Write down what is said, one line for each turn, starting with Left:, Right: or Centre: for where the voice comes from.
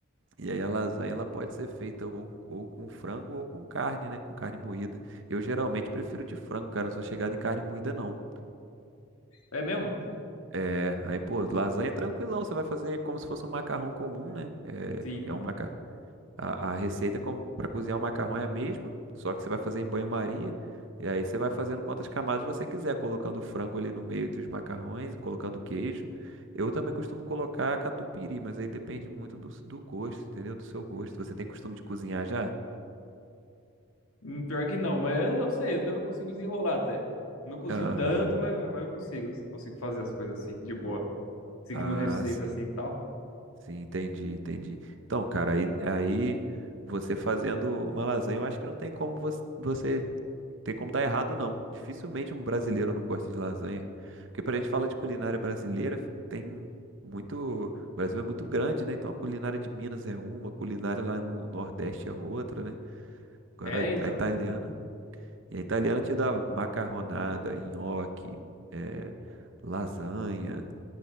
Right: E aí a lasanha ela pode ser feita ou, ou com frango ou com carne, né? Com carne moída. Eu geralmente prefiro de frango, cara. Não sou chegado em carne moída, não.
Left: É mesmo?
Right: É, aí, pô, lasanha é tranquilão. Você vai fazer como se fosse um macarrão comum, né? É,
Left: Sim.
Right: é um maca... a, a receita para cozinhar o macarrão é a mesma, só que você vai fazer em banho-maria. E aí você vai fazendo quantas camadas você quiser, colocando o frango ali no meio entre os macarrões, colocando queijo. Eu também costumo colocar catupiry, mas aí depende muito do, do gosto, entendeu? Do seu gosto. Você tem costume de cozinhar já?
Left: Hum, Pior que não, mas eu sei, eu consigo desenrolar até. Eu Não cozinho
Right: Aham.
Left: tanto, mas, mas eu consigo, consigo fazer as coisas assim, de boa. seguindo
Right: Ah,
Left: receita
Right: sim.
Left: assim e tal.
Right: Sim, entendi, entendi. Então, cara, aí, aí você fazendo uma lasanha, eu acho que não tem como você, você tem como dar errado, não. Dificilmente um brasileiro não gosta de lasanha. Porque pra gente falar de culinária brasileira, tem muito. O Brasil é muito grande, né? Então a culinária de Minas é uma, a culinária lá no Nordeste é outra, né? Agora
Left: É, então.
Right: a italiana. E a italiana te dá macarronada, nhoque, eh, lasanha.